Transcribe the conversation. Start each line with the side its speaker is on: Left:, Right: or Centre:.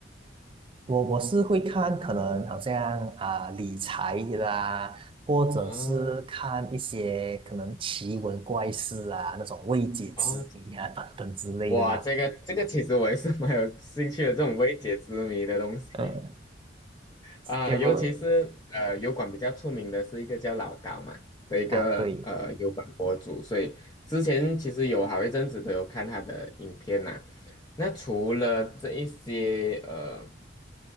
Right: 我我是会看，可能好像啊、理财啦，或者是看一些可能奇闻怪事啊，
Left: 啊
Right: 那种未解之谜啊等等之类的啦。
Left: 啊？哇，这个这个其实我也是 <laughs> 蛮有兴趣的，这种未解之谜的东西
Right: 嗯，
Left: 啊、
Right: 就
Left: 呃尤其是呃油管比较出名的是一个叫老高嘛的一个呃油管博主，
Right: 啊对，
Left: 所以之前其实有好一阵子都有看他的影片呐、那除了这一些呃